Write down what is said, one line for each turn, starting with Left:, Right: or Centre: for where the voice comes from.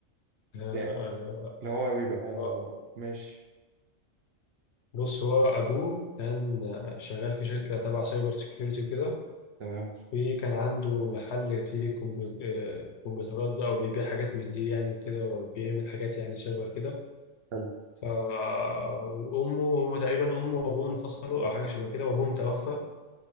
Left: آه، آه،
Right: يعني اللي هو بيبقى
Left: آه،
Right: ماشي
Left: بص هو أبوه كان آه، شغال في شركة تبع سايبر سيكيورتي وكده
Right: تمام
Left: وكان عنده محل فيه كمبيو- آه، كمبيوترات بقى وبيبيع حاجات من دي يعني وكده وبيعمل حاجات يعني شبه كده
Right: حلو
Left: ف وأمه هما تقريبا أمه وأبوه انفصلوا أو حاجة شبه كده وأبوهم توفى